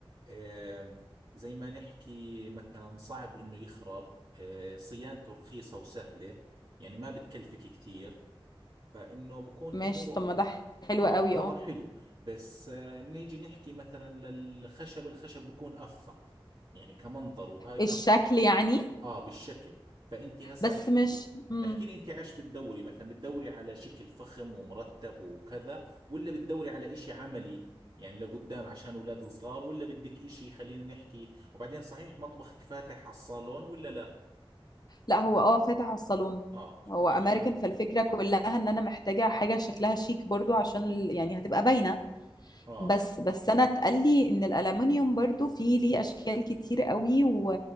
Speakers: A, on the right; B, on the left.
A: آم، زي ما نحكي مثلا صعب انه يخرب آه، صيانته رخيصة وسهلة يعني ما بتكلفك كثير فانه بكون
B: ماشي
A: اموره
B: طب ما ده حلو
A: اه
B: قوي
A: هذا
B: اه
A: حلو بس آه نيجي نحكي مثلا للخشب الخشب بكون افخم يعني كمنظر وهاي
B: الشكل
A: افخم
B: يعني
A: اه بالشكل فانت هسه
B: بس
A: احكي
B: مش مم.
A: احكي لي انت عايش بالدوري مثلا بالدوري على شكل فخم ومرتب وكذا ولا بالدوري على اشي عملي يعني لقدام عشان اولاد صغار ولا بدك اشي خلينا نحكي وبعدين صحيح مطبخك فاتح على الصالون ولا لا
B: لا هو اه فاتح على الصالون
A: اه
B: هو
A: عشان
B: امريكان فالفكره
A: هيك
B: كلها ان انا محتاجه حاجه شكلها شيك برضو عشان ال- يعني هتبقى باينه
A: اه
B: بس بس انا اتقال لي ان الالومنيوم برضو فيه ليه اشكال كتير قوي و...